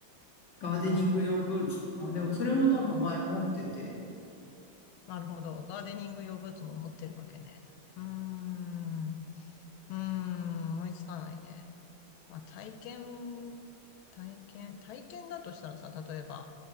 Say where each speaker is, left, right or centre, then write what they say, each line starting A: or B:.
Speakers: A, on the left; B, on the left.
A: ガーデニング用ブーツとか、
B: なんだ
A: でもそれもなんか前持ってて、
B: なるほど。ガーデニング用ブーツも持ってるわけね。うーん。うーん。思いつかないね。まあ、体験、体験、体験だとしたらさ、例えば、